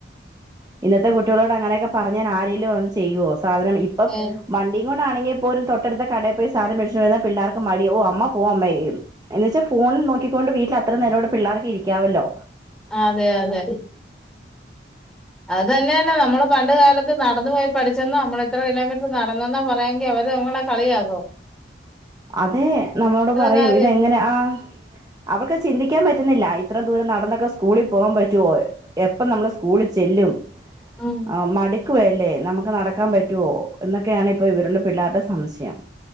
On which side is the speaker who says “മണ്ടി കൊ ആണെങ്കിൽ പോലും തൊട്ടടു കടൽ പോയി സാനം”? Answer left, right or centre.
Right